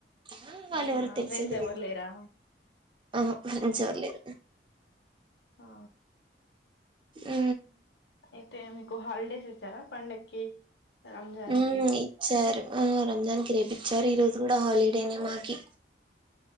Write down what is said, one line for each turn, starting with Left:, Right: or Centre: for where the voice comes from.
Right: ఆ! వాళ్ళెవరో
Left: అవునా
Right: తెలిసేది
Left: ఫ్రెండ్స్ ఎవరు
Right: లేదు.
Left: లేరా
Right: ఆహా! ఫ్రెండ్స్ ఎవరు లేరు.
Left: ఆ
Right: ఆ
Left: అయితే మీకు హాలిడేస్ ఇచ్చారా పండగకిి రంజాన్
Right: ఉమ్
Left: కి
Right: ఇచ్చారు ఆ రంజాన్ కి రేపిచ్చారు ఈ రోజు కూడా హాలిడేనే మాకి